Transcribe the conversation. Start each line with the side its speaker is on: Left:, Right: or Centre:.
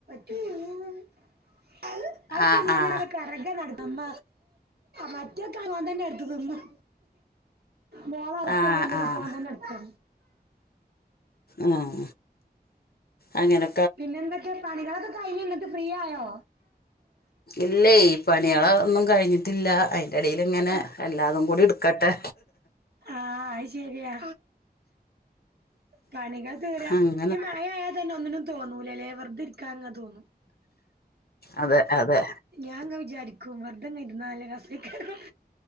Right: തോ <unintelligible> ഇത്രക്കെ
Left: ആഹ് ആഹ്
Right: നടത്തുമ്പ മറ്റേക്കവൻ തന്നെ എടുത്ത് തിന്നും മോളൊറക്ക്വാണെങ്കിലാ
Left: ആഹ് ആഹ്
Right: കോൻതന്റടുത്താ
Left: ഉം അങ്ങനെ
Right: പിന്നെ എന്തൊക്കെ പണികളൊക്കെ കഴിഞ്ഞോ എന്നിട്ട് ഫ്രീ ആയോ
Left: ഇല്ലേ ഈ പണികളൊന്നും കഴിഞ്ഞിട്ടില്ല അ എടേല് ഇങ്ങനെ
Right: ആഹ്
Left: എല്ലാതും കൂടി എടുക്കട്ടെ
Right: ആഹ് അത് ശരിയാ പണിക തീരാ
Left: അങ്ങനെ
Right: ഈ മായായ തന്നെ ഒന്നിനും തോന്നൂല അല്ലേ വെറുതെ ഇരിക്കാങ്ങ തോന്നും.
Left: അതെ അതെ
Right: ഞാൻങ്ങ് വിചാരിക്കും വെറുതെങ്ങ് ഇരുന്നാല് രസം കേറും